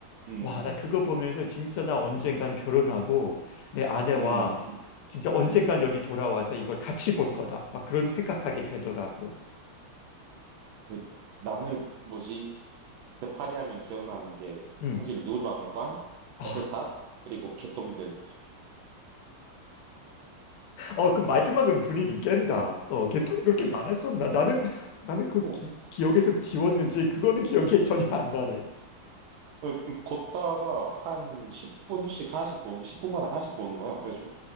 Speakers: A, on the right; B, on the left.
A: 음,
B: 와,
A: 음,
B: 나 그거 보면서 진짜 나 언젠간 결혼하고
A: 음,
B: 내 아내와
A: 음.
B: 진짜 언젠간
A: 음.
B: 여기 돌아와서 이걸 같이 볼 거다. 막 그런 생각하게 되더라고.
A: 그 나는 뭐지? 그 파리 하면 기억나는 게
B: 음.
A: 사실 루브르 박물관,
B: 아,
A: 에펠탑, 그리고 개똥들.
B: 어, 그럼 마지막은 분위기 깬다. 어, 개통이
A: <laughs>
B: 그렇게
A: 그,
B: 많았었나? 나는, 나는 그
A: 어,
B: 기, 기억에서 지웠는지 그거는 기억이 전혀
A: 음.
B: 안 나네.
A: 어, 그 걷다가 한 10분씩 하나씩 보는 10분마다 하나씩 보는 거야. 그래가지고